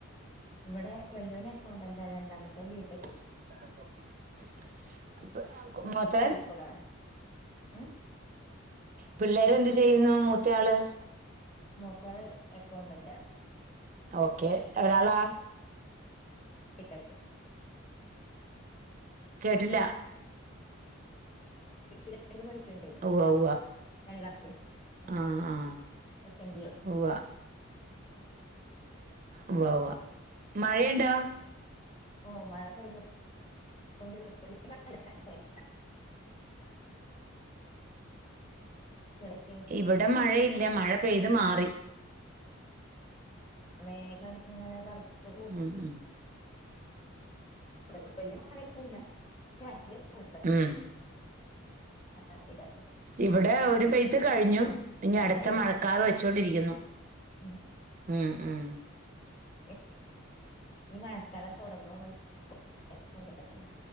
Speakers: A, on the left; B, on the right.
A: ഇവെടെ വെല്യയോനേക്കൊണ്ട് എന്താ രണ്ടാമത്തെത്തിയേ.
B: <unintelligible> അപ്പ് ക്ക്
A: അവൻ
B: മൊത്തെൻ
A: കോഴിക്കോടാണ് ഉം
B: പിള്ളേരെന്ത് ചെയ്യുന്നു മൂത്തയാള്?
A: മുത്താള് എക്കൗണ്ടെന്റാണ്.
B: ഓക്കെ. ഒരാളോ?
A: ബി ടെക്
B: കേട്ടില്ല
A: <unintelligible> <unintelligible> പടികണ്ടേ
B: ഉവ്വ ഉവ്വ
A: അല്ലാത്തേ ഉം
B: ആ ആ
A: സെക്കൻഡിയർ.
B: ഉവ്വ ഉവ്വവാ. മഴയൊണ്ടാേ?
A: ഓ മഴ പെയ്ത് <unintelligible> ചെളി
B: ഇവിടെ മഴയില്ല മഴ പെയ്ത് മാറി.
A: മേഘം ഇങ്ങനെ കറുത്ത്.
B: ഉം ഉം.
A: ഇവിടെ വലിയ മഴയൊന്നും ഇല്ല <unintelligible> ഭയങ്കര ചൂടാ.
B: ഉം
A: <inaudible>
B: ഇവിടെ ഒരു പെ. യ്ത് കഴിഞ്ഞു
A: നല്ല
B: ഇനി അടുത്ത
A: മഴ പെയ്തിട്ട്
B: മഴക്കാറ്
A: തണുക്കുമായിരിക്കും
B: വെച്ചോണ്ടിരിക്കുന്നു
A: ഉം.
B: ഉം ഉം.
A: <unintelligible> ഈ മഴക്കാലം തുടങ്ങു. <inaudible>